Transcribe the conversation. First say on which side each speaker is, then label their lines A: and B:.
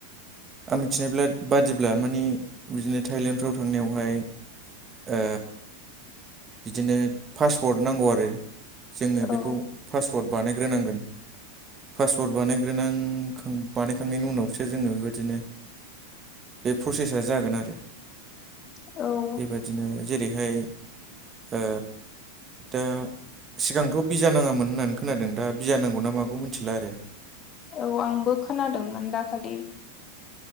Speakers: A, on the right; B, on the left.
A: आं मिथिनायब्ला बादिब्ला माने बिदिनो थाइलेण्डफ्राव थांनायावहाय ओ बिदिनो पासपर्ट नांगौ आरो जोंनो
B: औ
A: बेखौ पासपर्ट बानायग्रोनांगोन पासवर्ड बानायग्रोनां खां बानायखांनायनि उनावसो जोङो बेबायदिनो बे प्रसेसा जागोन आरो
B: औ
A: बेबायदिनो जेरैहाय ओ दा सिगांथ' बिजा नाङामोन होननानै खोनादों दा बिजा नांगौ ना मागौ मोनथिला आरो
B: औ आंबो खोनादोंमोन दाखालि